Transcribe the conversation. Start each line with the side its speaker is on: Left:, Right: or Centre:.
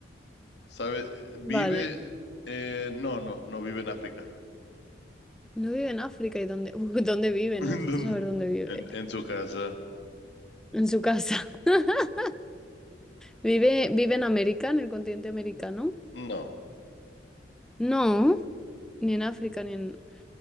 Left: ¿Sabe? Vive.
Centre: Vale.
Left: eh, no, no, no vive en África.
Centre: No vive en África. ¿Y dónde, <laughs> dónde vive?
Left: <laughs>
Centre: Necesito
Left: ¿En dónde?
Centre: saber dónde vive.
Left: En, en su casa.
Centre: En su casa. <laughs> ¿Vive, vive en América, en el continente americano?
Left: No,
Centre: No, ni en África, ni en...